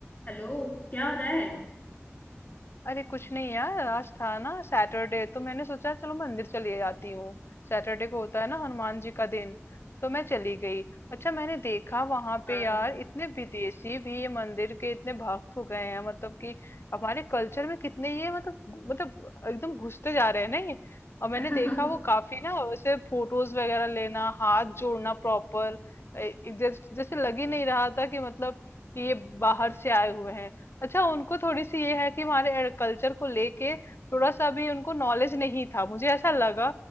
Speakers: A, on the left; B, on the left.
A: हेलो क्या हो रहा है
B: अरे कुछ नहीं यार आज था ना सैटरडे तो मैंने सोचा चलो मंदिर चली जाती हूँ सैटरडे को होता है ना हनुमान जी का दिन तो मैं चली गई अच्छा मैंने देखा वहां
A: हाँ
B: पे यार
A: हाँ
B: इतने विदेशी भी ये मंदिर के इतने भक्त हो गए हैं मतलब कि हमारे कल्चर में कितने ये मतलब घु- मतलब एकदम घुसते जा रहे हैं नहीं और मैंने
A: <laughs>
B: देखा वो काफी ना वैसे फोटोज वगैरह लेना हाथ जोड़ना प्रॉपर जैसे जैसे लग ही नहीं रहा था कि मतलब कि ये बाहर से आए हुए हैं अच्छा उनको थोड़ी-सी ये है कि हमारे कल्चर को लेके थोड़ा-सा भी उनको नॉलेज नहीं था, मुझे ऐसा लगा।